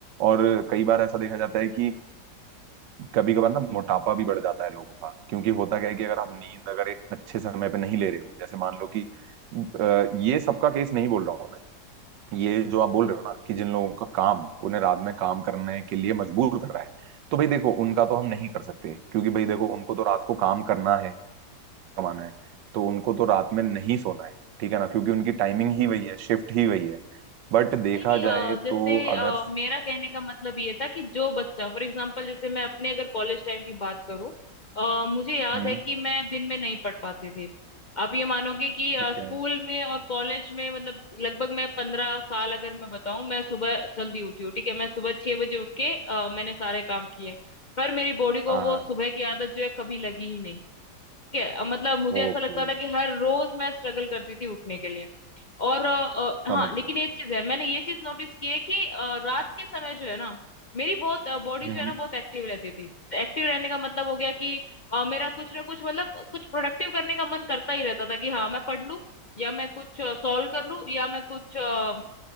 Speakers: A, on the right; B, on the left.
A: और कई बार ऐसा देखा जाता है कि कभी कभार ना मोटापा भी बढ़ जाता है लोगों का क्योंकि होता क्या है कि अगर आप नींद अगर एक अच्छे समय पे नहीं ले रहे हो जैसे मान लो कि अ, ये सबका केस नहीं बोल रहा हूँ मैं ये जो आप बोल रहे हो ना कि जिन लोगों का काम उन्हें रात में काम करने के लिए मजबूर कर रहा है तो भाई देखो उनका तो हम नहीं कर सकते क्योंकि भाई देखो उनको तो रात को काम करना है कमाना है तो उनको तो रात में नहीं सोना है ठीक है ना क्योंकि उनकी टाइमिंग ही वही है शिफ्ट ही वही है बट देखा
B: अ,
A: जाए
B: जैसे
A: तो अगर
B: अ, मेरा कहने का मतलब ये था कि जो बच्चा फॉर एग्जांपल जैसे मैं अपने अगर कॉलेज टाइम की बात करूं अ, मुझे याद
A: हम्म
B: है कि मैं दिन में नहीं पढ़ पाती थी आप ये मानोगे कि अ,
A: ठीक
B: स्कूल
A: है
B: में और कॉलेज में मतलब लगभग मैं पंद्रह साल अगर मैं बताऊं मैं सुबह जल्दी उठी हूँ ठीक है मैं सुबह छह बजे उठ के अ, मैंने सारे काम किए पर मेरी बॉडी को
A: हाँ
B: वो
A: हाँ
B: सुबह की आदत जो है कभी लगी ही नहीं ठीक है अ, मतलब मुझे
A: ओके
B: ऐसा लगता था कि हर रोज मैं स्ट्रगल करती थी उठने के लिए और अ, अ,
A: समझ
B: हाँ लेकिन
A: गया
B: एक चीज है मैंने ये चीज नोटिस की है कि अ, रात के समय जो है ना मेरी बहुत बॉडी
A: हम्म
B: जो है ना बहुत एक्टिव रहती थी एक्टिव रहने का मतलब हो गया कि अ, मेरा कुछ ना कुछ मतलब कुछ प्रोडक्टिव करने का मन करता ही रहता था कि हाँ मैं पढ़ लूं या मैं कुछ सॉल्व कर लूं या मैं कुछ अ, अ,